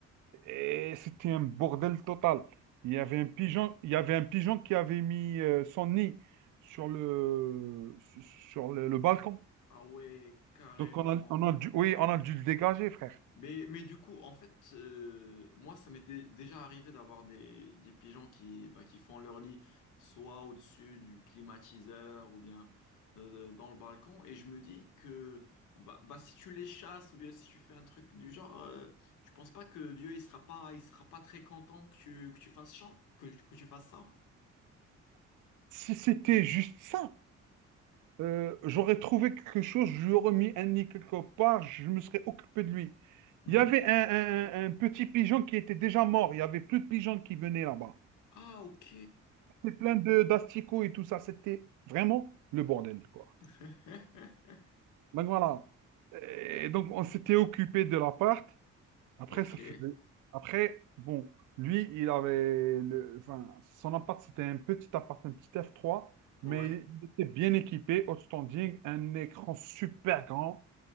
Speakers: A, on the right; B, on the left.
A: eh, c'était un bordel total. Il y avait un pigeon, il y avait un pigeon qui avait mis euh, son nid sur le, sur le, le balcon.
B: Ah ouais, carrément.
A: Donc, on a, on a dû, oui, on a dû le dégager, frère.
B: Mais, mais du coup, en fait, euh, moi, ça m'était déjà arrivé d'avoir des, des pigeons qui, bah, qui font leur lit soit au-dessus du climatiseur ou bien euh, dans le balcon. Et je me dis que bah, bah, si tu les chasses ou bien si tu fais un truc du genre, euh, je pense pas que Dieu il sera pas, il sera pas très content que tu, que tu fasses ça, que, que tu fasses ça.
A: Si c'était juste ça, euh, j'aurais trouvé quelque chose, je lui aurais mis un nid quelque part, je me serais occupé de lui.
B: Mhm.
A: Il y avait un, un- un- un petit pigeon qui était déjà mort. Il n'y avait plus de pigeons qui venaient là-bas.
B: Ah, ok.
A: C'était plein de d'asticots et tout ça. C'était vraiment le bordel, quoi.
B: <laughs>
A: Donc voilà. Et donc on s'était occupé de l'appart. Après,
B: Ok.
A: ça faisait... Après, bon, lui, il avait le... enfin, son appart, c'était un petit appart, un petit f trois, mais
B: Ouais.
A: il était bien équipé, outstanding, un écran super grand,